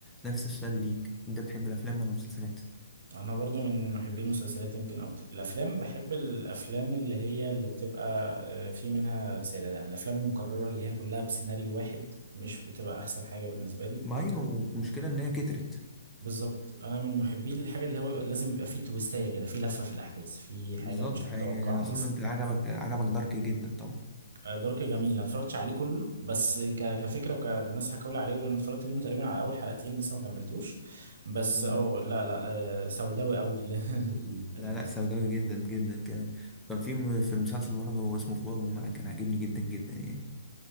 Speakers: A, in the centre; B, on the right.
A: نفس السؤال ليك أنت بتحب الأفلام ولا المسلسلات؟
B: انا برضو من محبي المسلسلات يمكن اكتر الافلام بحب الافلام اللي هي اللي بتبقى آه، في منها رسالة يعني الافلام المكررة اللي هي كلها بسيناريو واحد مش بتبقى احسن حاجة بالنسبة لي
A: ما ايوه المشكلة ان هي كترت
B: بالظبط انا من محبي الحاجه اللي هو لازم يبقى فيه تويستايه كده فيه لفه في الاحداث فيه حاجه
A: بالظبط
B: مش
A: حقيقي
B: متوقعه
A: اظن
B: مثلا
A: انت عجبك عجبك دارك جدا طبعا
B: آه، دارك جميل انا اتفرجتش عليه كله بس ك... كفكره وكالناس حكوا لي عليه وانا اتفرجت منه تقريبا على اول حلقتين لسه ما كملتوش بس
A: مم.
B: اه لا لا آه، سوداوي قوي ال- <laughs> ال-
A: لا
B: المس-
A: لا سوداوي جدا جدا كمان كان في م- في مسلسل برضه هو اسمه فورم كان عاجبني جدا جدا يعني